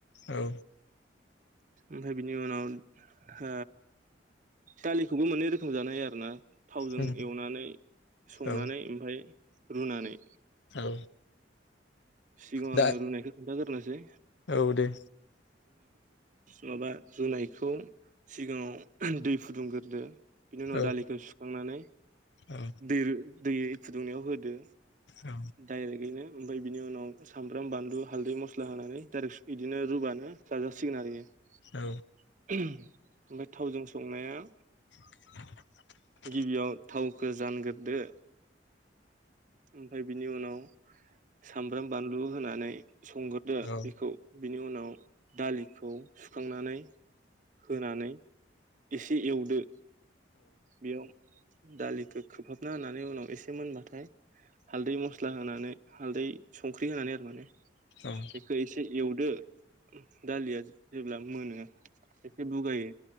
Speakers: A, on the left; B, on the right.
A: औ।
B: ओमफाय बिनि उनाव दालिखौबो मोननै रोखोम जानो हायो आरोना। थावजों
A: उम
B: एवनानै संनानै
A: औ
B: ओमफाय रुनानै।
A: औ।
B: सिगाङाव
A: दा
B: आङो रुनायखौ खोनथागोरनोसै।
A: औ दे।
B: माबा रुनायखौ सिगाङाव दै फुदुंगोरदो। बिनि उनाव
A: औ
B: दालिखो सुखांनानै
A: औ
B: दै दै फुदुंनायाव होदो।
A: औ
B: दायरेगैनो। ओमफाय बिनि उनाव सामब्राम, बानल, हालदै, मस्ला होनानै डाइरेक्ट इदिनो रुबानो जाजासिगोन आरो इयो।
A: औ
B: ओमफाय थावजों संनाया
A: <inaudible>
B: गिबियाव थावखौ जानगोरदो ओमफ्राय बिनि उनाव सामब्राम बानलु होनानै संगोरदो
A: औ
B: बेखौ बिनि उनाव दालिखौ सुखांनानै होनानै एसे एवदो बेयाव दालिखौ खोबहाबना होनानै उनाव एसे मोनबाथाय हालदै मस्ला होनानै हालदै संख्रि होनानै आरो माने
A: उम औ उम
B: बेखौ एसे एवदो दालिया जेब्ला मोनो एसे बुगायो